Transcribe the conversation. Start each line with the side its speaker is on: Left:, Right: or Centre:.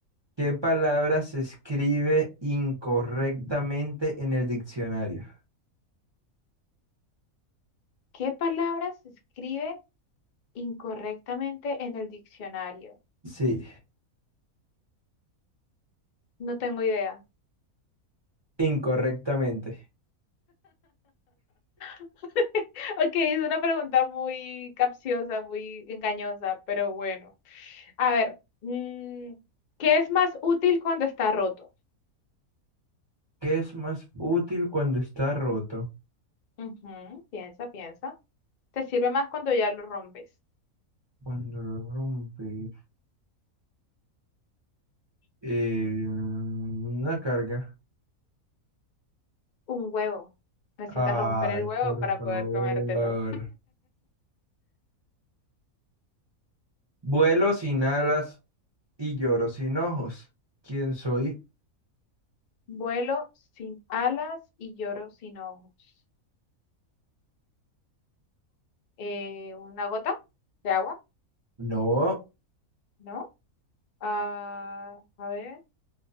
Right: ¿Qué palabra se escribe incorrectamente en el diccionario?
Left: ¿Qué palabra se escribe incorrectamente en el diccionario?
Right: Sí,
Left: No tengo idea.
Right: incorrectamente.
Left: <laughs> Ok, es una pregunta muy capciosa, muy engañosa, pero bueno. A ver, mm, ¿qué es más útil cuando está roto?
Right: ¿Qué es más útil cuando está roto?
Left: Ujú, piensa, piensa. Te sirve más cuando ya lo rompes.
Right: Cuando lo rompe. Eh, una carga.
Left: Un huevo. Necesitas
Right: Ay,
Left: romper el huevo
Right: por
Left: para
Right: favor.
Left: poder comértelo.
Right: Vuelo sin alas y lloro sin ojos. ¿Quién soy?
Left: Vuelo sin alas y lloro sin ojos. Eh, ¿una gota de agua?
Right: No.
Left: ¿No? Ah, a ver,